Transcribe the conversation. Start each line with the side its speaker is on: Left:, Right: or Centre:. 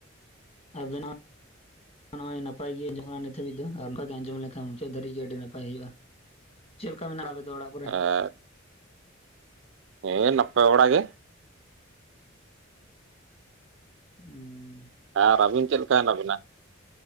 Left: ᱟᱵᱤᱱᱟᱜ᱾ ᱱᱚᱜᱼᱭ ᱱᱟᱯᱟᱭ ᱜᱮ ᱟᱸᱡᱚᱜ ᱱᱤᱛ ᱦᱟᱵᱤᱡ ᱟᱨ ᱱᱚᱝᱠᱟ ᱜᱮ ᱟᱸᱡᱚᱢ ᱞᱮᱱᱟᱱ ᱢᱩᱪᱟᱹᱫ ᱫᱷᱵᱤᱡ ᱜᱮ ᱟᱹᱰᱤ ᱱᱟᱯᱟᱭ ᱦᱩᱭᱩᱜᱼᱟ ᱾ ᱪᱮᱫ ᱞᱮᱠᱟ ᱢᱮᱱᱟᱜᱼᱟ ᱟᱯᱮ ᱫᱚ ᱚᱲᱟᱜ
Right: ᱟᱨ ᱦᱮᱸ ᱱᱟᱯᱟᱭ ᱵᱟᱲᱟ ᱜᱮ᱾
Left: ᱦᱩᱸ
Right: ᱟᱨ ᱟᱹᱵᱤᱱ ᱪᱮᱫ ᱞᱮᱠᱟ ᱦᱮᱱᱟᱜ ᱵᱤᱱᱟ?